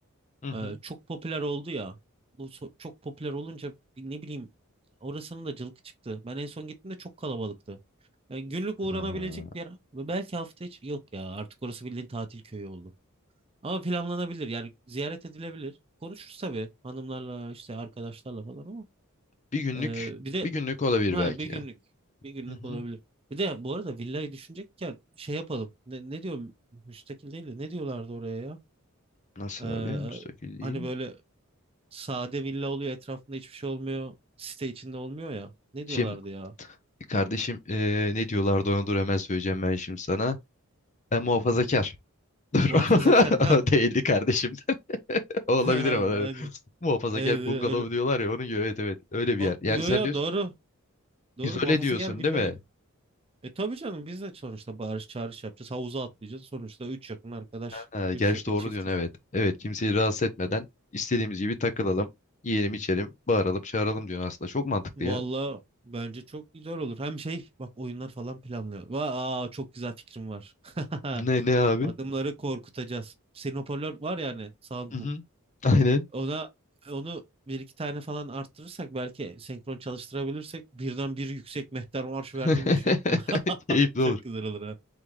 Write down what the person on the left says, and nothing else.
Hı hı.
Ha.
Bir günlük,
bir günlük olabilir
belki
ya.
Hı hı.
Nasıl
abi? Müstakil değil.
Şimdi
kardeşim eee, ne diyorlardı ona dur hemen söyleyeceğim ben şimdi sana. Ben muhafazakar. <laughs> Dur. <laughs>
Değildi kardeşim. <laughs> O olabilir
ama. <laughs> Muhafazakar
bungalov
diyorlar ya onun gibi. Evet evet. Öyle
bir yer. Yani
sen
diyorsun
izole
diyorsun
değil mi?
Ha, gerçi
doğru
diyorsun evet. Evet kimseyi rahatsız etmeden istediğimiz gibi takılalım. Yiyelim içelim. Bağıralım çağıralım diyorsun aslında. Çok mantıklı
ya.
Ne ne abi?
Hı hı. Aynen.
<laughs>
Keyifli
olur.